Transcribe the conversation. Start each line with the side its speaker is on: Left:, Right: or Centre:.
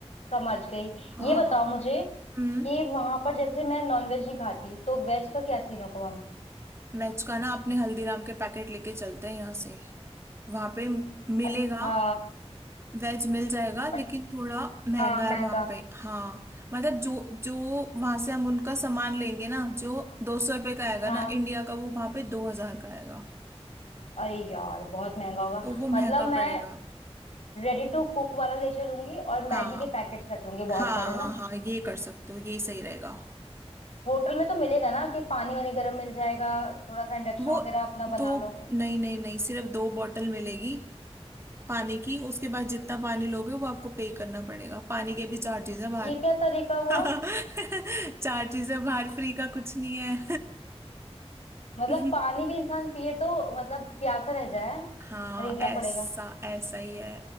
Left: समझ गई
Right: हाँ
Left: ये बताओ मुझे
Right: हम्म
Left: कि वहां पर जैसे मैं नॉनवेज नहीं खाती तो वेज का क्या सीन होगा वहाँ
Right: वेज का ना अपने हल्दीराम के पैकेट लेके चलते हैं यहाँ से वहां पे मिलेगा
Left: अच्छा
Right: वेज मिल जाएगा
Left: बट
Right: लेकिन थोड़ा महंगा
Left: हाँ महंगा
Right: है वहां पे हाँ मतलब जो जो वहां से हम उनका सामान लेंगे ना जो दो सौ रुपये का आएगा
Left: हाँ
Right: ना इंडिया का वो वहां पे दो हजार का आएगा
Left: अरे यार बहुत महंगा होगा
Right: तो वो महंगा
Left: मतलब मैं
Right: पड़ेगा
Left: रेडी टू कुक वाला ले चलूंगी और
Right: हाँ
Left: मैगी के पैकेट्स रख लूंगी
Right: हाँ
Left: बहुत सारे
Right: हाँ
Left: ना
Right: हाँ ये कर सकते हो ये सही रहेगा
Left: होटल में तो मिलेगा ना कि पानी वानी गर्म मिल जाएगा थोड़ा सा इंडक्शन
Right: वो
Left: वगैरह अपना
Right: दो
Left: बना लो
Right: नहीं नहीं नहीं सिर्फ दो बॉटल मिलेगी पानी की उसके बाद जितना पानी लोगे वो आपको पे करना पड़ेगा पानी के भी चार्जेस है बाहर
Left: ये क्या तरीका हुआ
Right: <laughs> चार चीजें बाहर फ्री का कुछ नहीं है
Left: मतलब
Right: <laughs>
Left: पानी भी इंसान पिए तो मतलब प्यासा रह जाए
Right: हाँ
Left: खरीदना
Right: ऐसा
Left: पड़ेगा
Right: ऐसा ही है